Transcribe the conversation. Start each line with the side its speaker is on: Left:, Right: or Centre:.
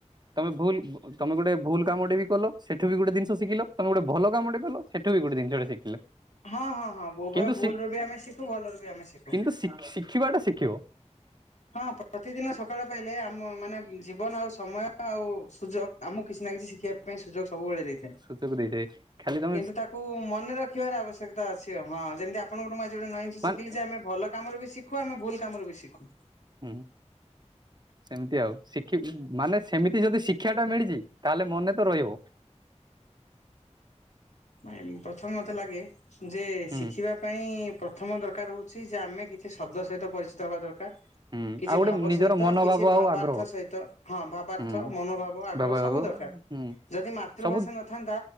Right: ତମେ ଭୁଲ ତମେ ଗୋଟେ ଭୁଲ କାମଟେ ବି କଲ ସେଠୁ ବି ଗୋଟେ ଜିନି ଶିଖିଲ ତମେ ଗୋଟେ ଭଲ କାମଟେ କଲ ସେଠୁ ବି ଗୋଟେ ଜିନିଷଟେ ଶିଖିଲ।
Left: ହଁ ହଁ ହଁ ଉଭୟ
Right: କିନ୍ତୁ
Left: ଭୁଲରୁୁ ବି ଆମେ ଶିଖୁ ଭଲରୁ ବି ଆମେ ଶିଖୁ।
Right: ସିଖ୍ ସିଖ୍ ଶଖିବା ଟା ଶଖିବ।
Left: ହଁ ପ୍ରତିଦିନ ସକାଳେ ପାଇଲେ ଆମ ମାନେ ଜୀବନ ଆଉ ସମୟ ଆଉ ସୁଯୋଗ ଆମକୁ କିଛି ନା କିଛି ଶିଖିବା ପାଇଁ ସୁଯୋଗ ସବୁବେଳେ ଦେଇ
Right: ସୁଚୋଗ ଦେଇଥାଏ। ଖାଲି ତମ
Left: କିନ୍ତୁ ତାକୁ ମନେ ରଖିବାର ଆବଶ୍ୟକତା ଅଛି ହଁ ଯେମିତି ଆପଣଙ୍କଠୁ ମୁ ଆଜି ଗୋଟେ ନୁଆ ଜିନିଷ
Right: ମାନେ
Left: ଶିଖିଲି ଯେ ଆମେ ଭଲ କାମରୁ ବିି ସିଖ ଖୁ ଆମେ ଭୁଲ କାମରୁ ବି ଶିଖୁ।
Right: ହୁଁ ସେମିତି ଆଉ ଶିଖିଚି ମାନେ ସେମିତି ଯଦି ଶିକ୍ଷାଟା ମିଳିଛି ତାହେଲେ ମନେ ତ ରହିବ।
Left: ନାଇ ପ୍ରଥମେ ମତେ ଲାଗେ ଯେ
Right: ହୁଁ
Left: ଶିଖିବା ପାଇଁ ପ୍ରଥମ ଦରକାର ହୋଉଚି ଯେ ଆମେ କିଛି ଶବ୍ଦ ସହିତ ପରିଚିତ ହବା ଦରକାର।
Right: ହୁଁ
Left: କିଛି
Right: ଆଉ ଗୋଟେ
Left: ଭାବ
Right: ନିଜର
Left: ସହିତ
Right: ମନୋଭାବ
Left: କିଛି ଭାବାର୍ଥ
Right: ଆଉ ଆଗ୍ରହ
Left: ସହିତ ହଁ ଭାବାର୍ଥ
Right: ହୁଁ
Left: ମନୋଭାବ ଆଗ୍ରହ
Right: ବାବା
Left: ସବୁ
Right: ବାବ
Left: ଦରକାର।
Right: ହୁଁ।
Left: ଯଦି ମାତୃଭାଷା
Right: ସବୁ
Left: ନଥାନ୍ତା।